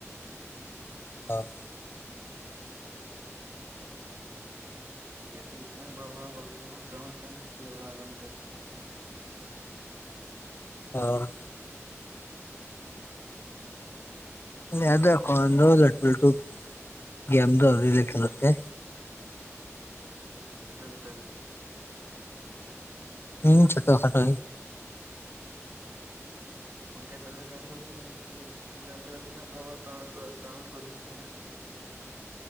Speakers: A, on the left; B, on the right.
A: ᱵᱟᱝ
B: ᱢᱮᱱ ᱫᱟᱞᱤᱧ ᱜᱚᱝᱠᱮ ᱛᱤᱱᱟᱹᱜ ᱵᱚᱲᱚ ᱵᱚᱲᱚ ᱵᱚᱞ ᱠᱷᱮᱹᱞ ᱠᱷᱚᱱ ᱴᱩᱨᱱᱟᱢᱮᱱᱴ ᱠᱚᱵᱤᱱ ᱠᱷᱮᱹᱞ ᱵᱟᱲᱟᱣᱟᱠᱟᱱᱛᱮ
A: ᱚ ᱡᱮ ᱟᱫᱚ ᱮᱠᱷᱚᱱ ᱫᱚ ᱞᱟᱴᱩᱼ ᱞᱟᱴᱩ ᱜᱮᱢ ᱫᱚ ᱟᱣᱨᱤᱞᱮ ᱠᱷᱮᱹᱞᱳᱜ ᱛᱮ
B: ᱢᱟᱱᱮ ᱪᱷᱳᱴᱳ ᱪᱷᱳᱴᱳ ᱜᱮ
A: ᱦᱩᱸ ᱪᱷᱳᱴ ᱠᱷᱟᱴᱳ
B: ᱜᱚᱝᱠᱮ ᱛᱟᱞᱦᱮ ᱢᱮᱱᱫᱟᱞᱤᱧ ᱡᱮ ᱢᱮᱱ ᱫᱟᱞᱤᱧ ᱚᱱᱛᱮ ᱫᱚ ᱛᱤᱱᱟᱹᱜ ᱵᱚᱲᱚ ᱵᱚᱲᱚ ᱴᱟᱣᱩᱱᱴ ᱠᱚ ᱴᱟᱣᱩᱱᱴ ᱠᱚ ᱡᱷᱤᱡ ᱛᱟᱦᱮᱱᱟ